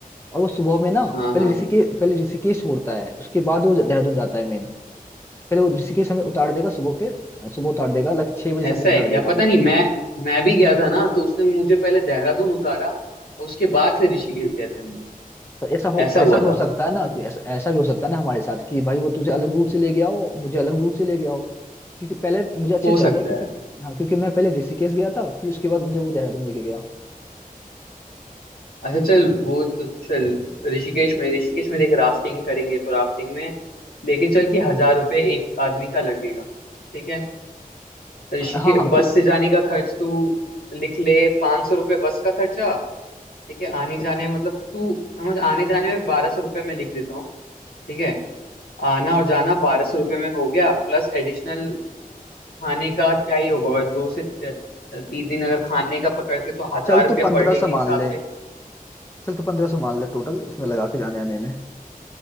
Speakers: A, on the left; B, on the left.
A: और वो सुबह में ना
B: हाँ
A: पहले
B: हाँ
A: ऋषिकेश पहले ऋषिकेश छोड़ता है उसके बाद वो देहरादून जाता है मेन पहले वो ऋषिकेश हमें उतार देगा सुबह के सुबह उतार देगा लाइक छह बजे समथिंग
B: ऐसा
A: उतार
B: है क्या
A: देगा
B: पता
A: वो
B: नहीं मैं मैं भी गया था ना तो उसने मुझे पहले देहरादून उतारा और उसके बाद फिर ऋषिकेश गए थे हम लोग।
A: तो ऐसा हो
B: ऐसा
A: ऐसा
B: हुआ
A: भी हो
B: था
A: सकता है ना कि ऐसा ऐसा भी हो सकता है ना हमारे साथ कि भाई वो तुझे अलग रूट से ले गया हो मुझे अलग रूट से ले गया हो क्योंकि पहले मुझे अच्छे
B: हो
A: से
B: सकता
A: याद है क्योंकि
B: है
A: हाँ क्योंकि मैं पहले ऋषिकेश गया था फिर उसके बाद मुझे वो देहरादून लेके गया
B: अच्छा चल वो तो चल ऋषिकेश में ऋषिकेश में देख राफ्टिंग करेंगे तो राफ्टिंग में लेके चल के हजार रुपये एक आदमी का लगेगा ठीक है ऋषिकेश
A: हाँ हाँ
B: बस
A: कि-
B: से जाने का खर्च तू लिख ले पाँच सौ रुपये बस का खर्चा ठीक है आने जाने में मतलब तू समझ आने जाने में बारह सौ रुपये में लिख देता हूँ ठीक है आना और जाना बारह सौ रुपये में हो गया प्लस एडिशनल खाने का क्या ही होगा और दो से त- तीन दिन अगर खाने का पकड़ते तो हजार
A: चल
B: रुपया
A: तू पंद्रह
B: पर डे के
A: सौ
B: हिसाब
A: मान ले
B: से
A: चल तो पंद्रह सौ मान ले टोटल उसमें
B: तो
A: लगा के जाने आने में